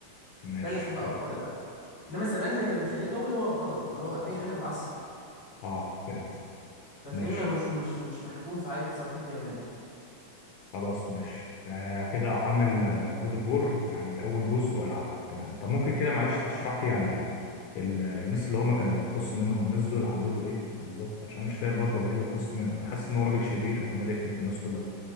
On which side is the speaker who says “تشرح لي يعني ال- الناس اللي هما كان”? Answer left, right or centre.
Left